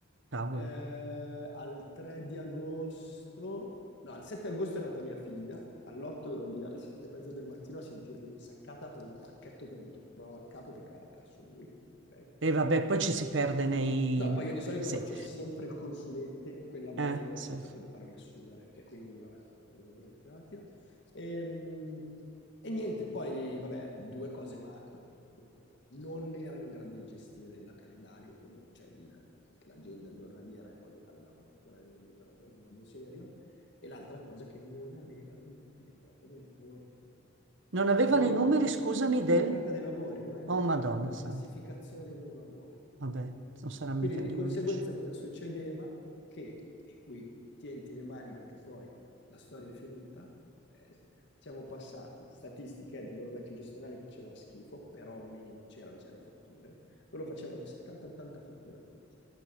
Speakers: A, on the right; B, on the left.
A: cavoli.
B: Eh, al 3 di agosto, no, al 7 agosto è nata mia figlia, all'8 ero lì alle 7 e mezza del mattino a sentirmi un'insaccata per un pacchetto che non trovava il capo perché aveva perso lui, ok?
A: E vabbè, poi ci si perde nei...
B: No, poi io di solito
A: Sì,
B: faccio sempre il consulente, quella volta
A: eh,
B: lì ho
A: sì.
B: accettato di farmi assumere e quindi vabbè, abbiamo profilatia. Ehm, E, niente, poi vabbè, due cose macro, appunto. Non erano in grado di gestire il calendario, in- cioè il- anche l'agenda giornaliera in modo tale da far fatturare gli operatori in modo serio. E l'altra cosa è che non avevano i numeri d'entrata dei lavori.
A: Non avevano
B: Cioè loro
A: i numeri,
B: avevano
A: scusami,
B: l'entrata
A: del...
B: dei lavori, non avevano
A: Oh,
B: una,
A: Madonna,
B: ca- una
A: santa.
B: classificazione dei loro lavori.
A: Vabbè,
B: Ok?
A: non saranno
B: Quindi
A: mica
B: di
A: gli
B: conseguenza
A: unici.
B: cosa succedeva? Che, e qui tienti le mani perché poi la storia è finita, ok? Siamo passati, statistiche eh, del loro vecchio gestionale che faceva schifo, però un minimo c'erano, c'erano le fatture, loro facevano un 70-80 fatture al mese.